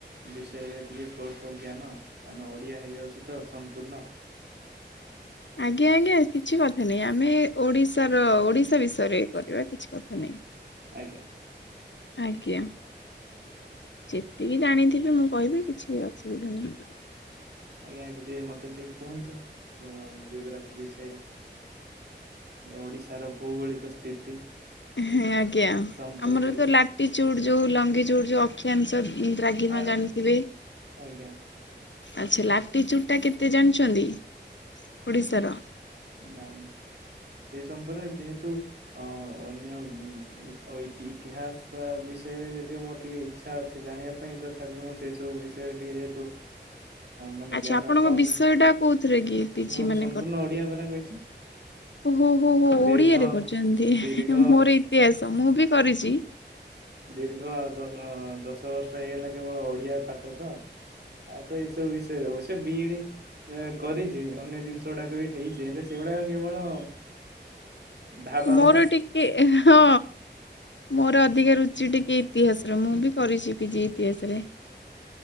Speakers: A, on the right; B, on the left.
A: ବିଷୟରେ ଟିକେ ସ୍ୱଳ୍ପ ଜ୍ଞାନ ଆମେ ଓଡ଼ିଆ ହେଇଯାଉଛୁ ତ ସମ୍ପୂର୍ଣ୍ଣ।
B: ଆଜ୍ଞା ଆଜ୍ଞା କିଛି କଥା ନାଇଁ ଆମେ ଓଡିଶାର ଓଡିଶା ବିସ ରେ କରିବା କିଛି କଥା ନାହିଁ।
A: ଆଜ୍ଞା
B: ଆଜ୍ଞା ଯେତିକି ଜାଣିଥିବେ ମୁଁ କହିବି କିଛି ଅସୁବିଧା ନାହିଁ।
A: ଆଜ୍ଞା ଟିକେ ମତେ ଟିକେ କୁହନ୍ତୁ ଜିଓୋଗ୍ରାଫି ବିଷୟରେ। ଏ ଓଡ଼ିଶାର ଭୌଗୋଳିକ ସ୍ଥିତି।
B: ହଁ ଆଜ୍ଞା।
A: ସମ୍ପର୍କରେ
B: ଆମର ତ ଲାଟି ଚୁଡ଼ ଯୋଉ ଲଙ୍ଗି ଚୁଡ଼ ଯୋଉ ଅକ୍ଷିାଂଶ ଦ୍ରାଗିମା
A: ଆ
B: ଜାଣିଥିବେ?
A: ଆଜ୍ଞା
B: ଆଚ୍ଛା ଲାଟି ଚୁଡ଼ ଟା କେତେ ଜାଣିଛନ୍ତି ଓଡିଶାର?
A: ନାଇଁ ସେ ସମ୍ପର୍କରେ ଯେହେତୁ। ଅ ଅନ୍ୟ ଇତିହାସ ବିଷୟରେ ଯଦିଓ ମୋର ଟିକେ। ଛା ଅଛି ଜାଣିବା ପାଇଁ ତଥାପି ମୁଁ ସେ ସବୁ ବିଷୟରେ ଟିକେ ଯେହେତୁ ମାନେ
B: ଆଚ୍ଛା
A: ଜ୍ଞାନ
B: ଆପଣଙ୍କ
A: କମ
B: ବିଷୟ ଟା କୋଉଥିରେ କି ପିଜି
A: ମୋର
B: ମାନେ
A: ସମ୍ପୂର୍ଣ୍ଣ ଓଡିଆ ପରା କହିଲି
B: ଓ ହୋ ହୋ ହୋ ଓଡିଆରେ
A: ଦୀର୍ଘ
B: କରୁଛନ୍ତି
A: ଦୀର୍ଘ
B: ମୋର ଇତିହାସ ମୁଁ ବି କରିଛି।
A: ଦୀର୍ଘ ଦଶ ଦଶ ବର୍ଷ ହେଇଗଲା କେବଳ ଓଡିଆ ପାଠ ତ ଆଉ ତ ଏଇସବୁ ବିଷୟରେ ଅବଶ୍ୟ ବିଇଡି କରିଛି ଅନ୍ୟ ଜିନିଷ ଗୁଡାକ ବି ହେଇଛି। ସେ ହେଲେ ସେଇଗୁଡା ଆଉ କେବଳ ଢାବା
B: ମୋର ଟିକେ ହଁ। ମୋର ଅଧିକା ରୁଚି ଟିକେ ଇତିହାସରେ ମୁଁ ବି କରିଛି ପିଜି ଇତିହାସରେ।